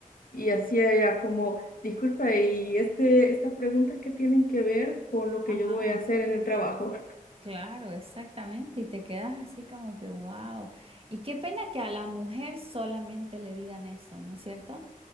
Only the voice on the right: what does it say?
ajá,
claro, exactamente, y te quedas así como que, wow. Y qué pena que a la mujer solamente le digan eso, ¿no es cierto?